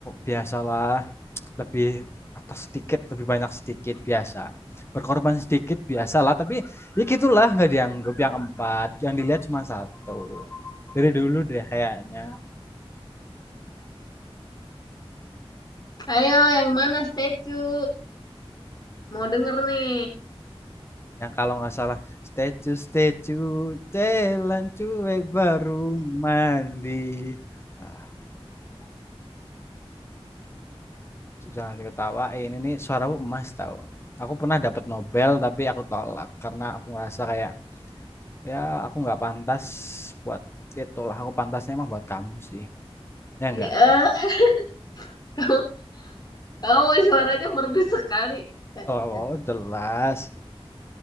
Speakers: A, on the left (about 25°); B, on the left (about 40°).
A: biasalah lebih atas sedikit lebih banyak sedikit biasa berkorban sedikit biasalah tapi ya gitulah nggak dianggap yang empat yang dilihat cuma satu dari dulu deh kayaknya
B: Ayo, yang mana statue? Mau denger nih.
A: yang kalau nggak salah statue statue jalan cuek baru mandi ah, jangan diketawain ini suara emas tahu aku pernah dapat Nobel tapi aku tolak karena aku ngerasa kayak ya aku nggak pantas buat itulah aku pantasnya emang buat kamu sih ya enggak
B: Ya, eh, kamu, kamu suaranya merdu sekali. Cocok,
A: Oh,
B: cocok
A: jelas.